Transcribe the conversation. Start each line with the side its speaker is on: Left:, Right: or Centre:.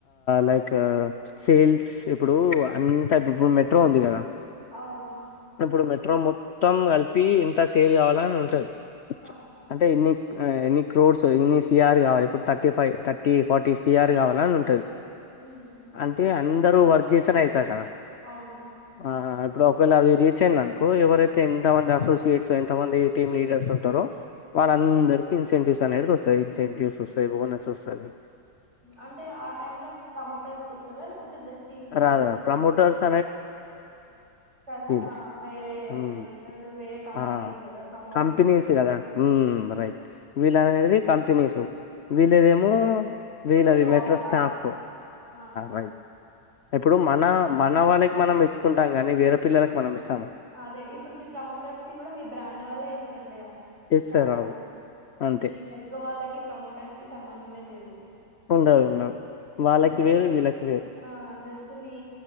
Left: లైక్ సేల్స్ ఇప్పుడు అంతా ఇప్పుడు మెట్రో ఉంది కదా
Right: అవును
Left: ఇప్పుడు మెట్రో మొత్తం కలిపి ఇంత సేల్ కావాలని ఉంటది
Right: ఆ!
Left: అంటే ఎన్ని ఎన్ని క్రోడ్స్ ఇన్ని సిఆర్ కావాలి ఇప్పుడు thirty five thirty forty CR కావాలని ఉంటది
Right: హ్మ్.
Left: అంటే అన్ని వర్జించసతేనే కా
Right: అవును.
Left: ఆ ఇప్పుడు ఒకవేళ అది రచేయండి అనుకో ఎవరైతే ఎంత మంది అసోసియేట్స్ ఎంత మంది టీమ్ లీడర్స్ ఉంటారో వాళ్ళందరికి ఇన్సెంటివ్స్ అనేది వస్తాయి ఇన్సెంటివ్స్ వస్తాయి బోనెస్ వస్తుంది
Right: అంటే ఆ టైమ్ లో ప్రమోటర్స్ క వస్తుందా లేకపోతే జస్ట్
Left: రాదు
Right: అసోసియేటే
Left: రాదు ప్రమోటర్స్
Right: కదా
Left: మ్మ్
Right: ఆ! వేరే ఏమంటారు వేరే కంపెనీస్
Left: ఆ
Right: గదా! ప్రమోటర్స్
Left: కంపెనీస్
Right: అంటే
Left: కదా మ్మ్ రైట్ వెళ్ళు అనేది కాంప్ ప్పనిసుు వీలేదేమో వీలది
Right: ఒక షాప్
Left: మెట్రో
Right: లాగా.
Left: స్టాఫ
Right: ఆ!
Left: రైట్ ఇప్పుడు మన మన వాళ్ళకి మనం మెచ్చుకుంటాం కాని వేరే పిల్లలకి మనమిస్త
Right: అదే ఇప్పుడు మీ ప్రమోటర్స్ కి కూడా మీ బ్రాండ్ వల్ళ ఇసారంటగా
Left: ఇస్తారు
Right: శాలరీ
Left: రావు అంతే
Right: ఈ మెట్రో వాళ్ళకి ప్రమోటర్స్ కి సంబంధమే లేదు
Left: ఉండదు ఉండవు వాళ్ళకి
Right: దస్తు
Left: వేరు వీళ్ళకి వేరు
Right: ఆ జస్తు మీ